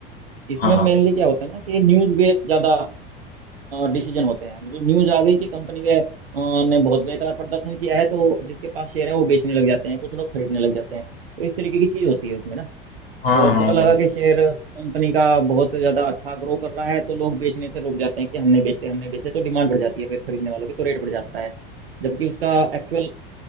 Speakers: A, on the right; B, on the left.
A: इसमें
B: हाँ
A: मेनली क्या होता है ना कि न्यूज बेस्ड ज्यादा डिसीजन होते हैं मतलब न्यूज आ गई कि कंपनी के अ, ने बहुत बेकार प्रदर्शन किया है तो जिसके पास शेयर है वो बेचने लग जाते हैं कुछ लोग खरीदने लग जाते हैं तो इस तरीके की चीज होती है उसमें ना
B: हाँ
A: और
B: हाँ
A: पता लगा
B: सुनो
A: कि शेयर कंपनी का बहुत ज्यादा अच्छा ग्रो कर रहा है तो लोग बेचने से रुक जाते हैं कि हम नहीं बेचते हम नहीं बेचते तो डिमांड बढ़ जाती है फिर खरीदने वालों की तो रेट बढ़ जाता है जबकि उसका एक्चुअल